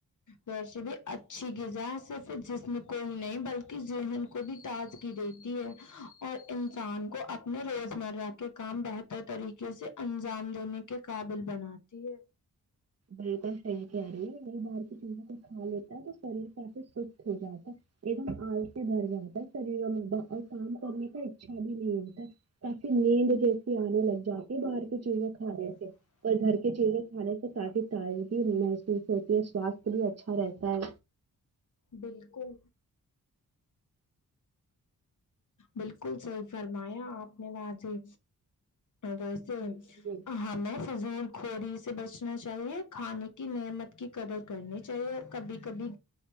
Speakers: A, on the left (about 55°); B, on the right (about 45°).
A: ویسے بھی اچھی غذا صرف جسم کوئی نہیں بلکہ ذہن کو بھی تازگی دیتی ہے اور انسان کو اپنے روزمرہ کے کام بہتر طریقے سے انجام لینے کے قابل بناتی ہے
B: بالکل صحیح کہہ رہی ہے نئی باہار کی چیزیں کھ کھا لیتا ہے تو شریر کافی سست ہو جاتا ایک دم السی بھر جاتا ہے شریروں میں اور کام کرنے کا ایکشا بھی نہیں ہوتا تاکہ نیند جیسی آنے لگ جاتی باہر کی چیزیں کھانے سے اور گھر کی چیزیں کھانے سے کافی تازگی محسوس ہوتی ہے سواستھ بھی اچھا رہتا ہے
A: بالکل بالکل صحیح فرمایا آپ نے واضی ویسے
B: ہے
A: ہ میںی فضول کوری سے بچنا چاہیے کھانے کی نعمت کی قدر کرنی چاہیے اور کبھی کبھی